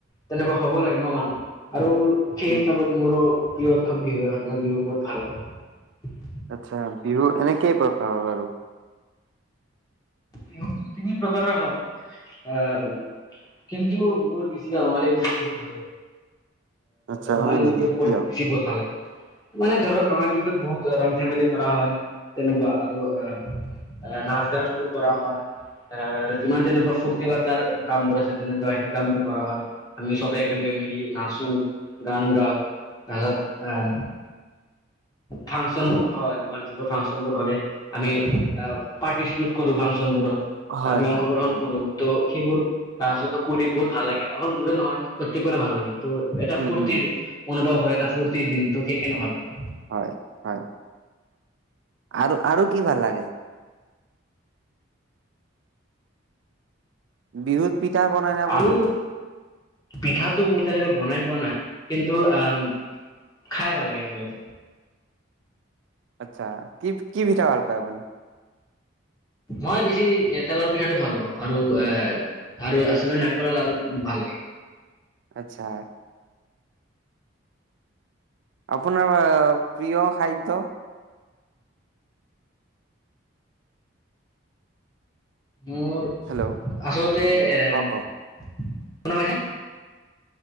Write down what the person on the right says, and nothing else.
উম
আচ্ছা বিহু এনে কেই প্ৰকাৰৰ আৰু?
আচ্ছা
হয় নেকি
কিয়
উম
<unintelligible>
হয়
হয়
উম
উম
উম
হয়-হয় আৰু-আৰু কি ভাল লাগে? বিহুত পিঠা বনাই নে আপুনি?
আচছা কি- কি পিঠা ভাল পায় আপুনি?
আচ্ছা। আপোনাৰ প্ৰিয় খাদ্য?
হেল্ল'
উম
কওক
কওক